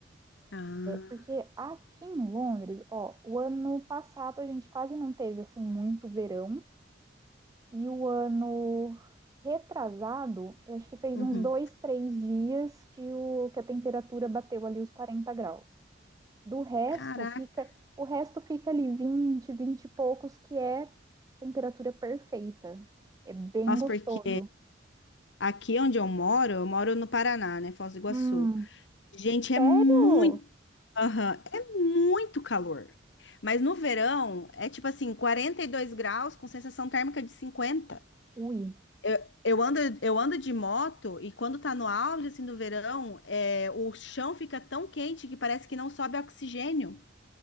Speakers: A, on the left; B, on the right.
A: Ah,
B: Porque aqui em Londres, ó, o ano passado a gente quase não teve assim muito verão e o ano retrasado, eu acho que fez
A: uhum.
B: uns dois, três dias que, o, que a temperatura bateu ali os 40 graus. Do resto
A: Caraca.
B: fica, o resto fica ali 20, 20 e poucos, que é temperatura perfeita. É bem
A: Nossa,
B: gostoso.
A: porque Aqui onde eu moro, eu moro no Paraná, né? Foz do Iguaçu.
B: Hum,
A: Gente, é
B: sério?
A: muito, aham, é muito calor. Mas no verão é tipo assim, 42 graus com sensação térmica de 50.
B: Ui,
A: Eu, eu ando, eu ando de moto e quando tá no auge assim do verão, é, o chão fica tão quente que parece que não sobe oxigênio.